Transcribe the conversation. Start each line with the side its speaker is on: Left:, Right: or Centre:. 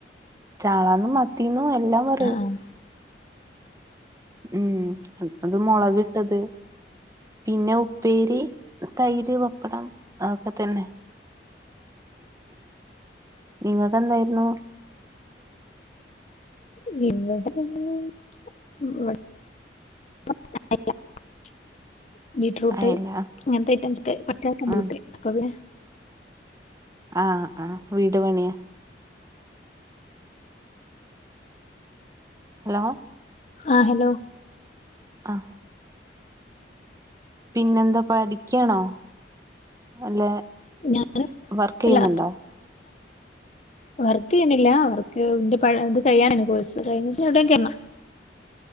Right: ചാളാന്നും, മത്തീന്നു മെല്ലാം പറയും.
Left: ആഹ്
Right: ഉം.. അതുമുളകിട്ടത്. പിന്നെയുപ്പേരി, തൈരു പപ്പടം. അതൊക്കെ തന്നെ നിങ്ങൾക്കെന്തായിരുന്നു.
Left: ഇവിടെ <inaudible> <inaudible>
Right: അയല ആഹ് അ.. ആഹ്.. വീടുപണിയാ ഹലോ
Left: ആഹ് ഹലോ
Right: ആ പിന്നെന്താ പഠിക്കണോ അല്ലെ
Left: ഞാൻ
Right: വർക്ക് ചെയ്യുന്നുണ്ടോ
Left: അല്ല വർക്ക് ചെയ്യണില്ല വർക്ക് ഇന്റെ പഠി ഇത് കഴിയാനാണ് കോഴ്സ് കഴിഞ്ഞിട്ട് എവിടെങ്കിലും കേറണം